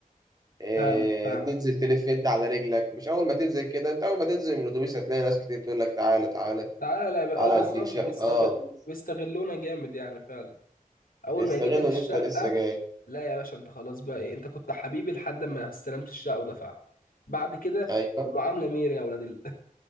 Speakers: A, on the right; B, on the left.
A: آه،
B: فاهم فاهم
A: تنزل تلف انت على رجلك مش اول ما تنزل كده انت اول ما تنزل من الاتوبيس هتلاقي ناس كتير تقول لك تعالى تعالى
B: تعالى بقى-
A: تعالى
B: اه بالظبط
A: اديك شقة
B: وبيستغل
A: اه
B: بيستغلونا جامد يعني فعلا اول
A: بيستغلوا
B: ما يجيب لك الشقة
A: ان انت لسه جاي
B: لا يا باشا انت خلاص بقى ايه انت كنت حبيبي لحد ما استلمت الشقه ودفعت بعد كده
A: ايوه
B: المعامله ميري يا ولاد ال...